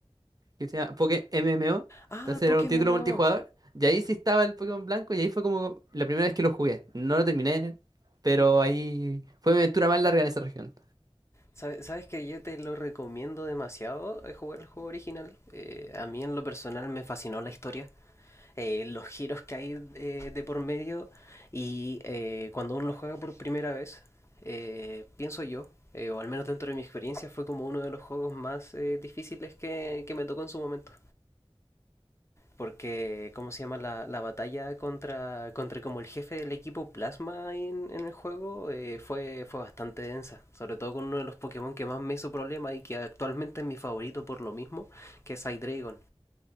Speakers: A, on the right; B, on the left.
A: que se llama Poké MMO.
B: Ah,
A: Entonces
B: el Pokémon
A: era un título
B: MMO.
A: multijugador. Y ahí sí estaba el Pokémon Blanco y ahí fue como la primera vez que lo jugué. No lo terminé, pero ahí fue mi aventura más larga en esa región.
B: Sabe- Sabes que yo te lo recomiendo demasiado eh, jugar el juego original. Eh, a mí en lo personal me fascinó la historia. eh, los giros que hay eh, de por medio y eh, cuando uno lo juega por primera vez, eh, pienso yo, eh, o al menos dentro de mi experiencia, fue como uno de los juegos más eh, difíciles que, que me tocó en su momento. Porque, ¿cómo se llama? La, la batalla contra, contra como el jefe del equipo Plasma ahí en, en el juego eh, fue, fue bastante densa. Sobre todo con uno de los Pokémon que más me hizo problema y que actualmente es mi favorito por lo mismo, que es Hydreigon.